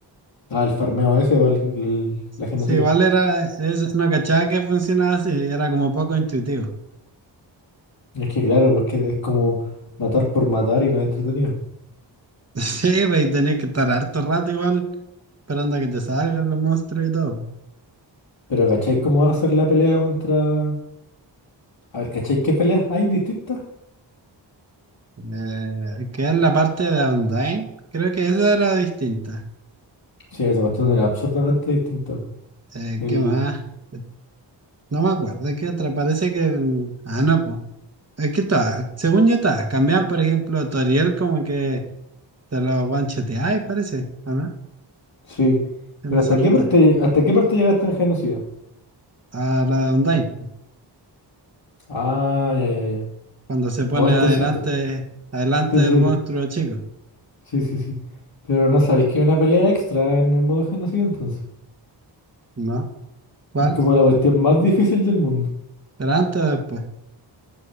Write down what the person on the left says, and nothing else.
Ah, el farmeo ese para el- el- la genocida.
Es que claro, pues que es como matar por matar y no es entretenido.
Pero ¿cacháis cómo va a ser la pelea contra...? A ver, ¿cacháis qué peleas hay distintas?
Sí, esa cuestión era absurdamente distinta. po.
El...
Sí. Pero
¿hasta
qué parte, hasta qué parte llegaste en genocida?
Ah, ya, ya, ya.
Oh, entonces...
ento-
Sí, sí,
sí, sí, sí. sí. Pero no sabéis que hay una pelea extra en el modo genocida entonces.
Que es como la cuestión más difícil del mundo.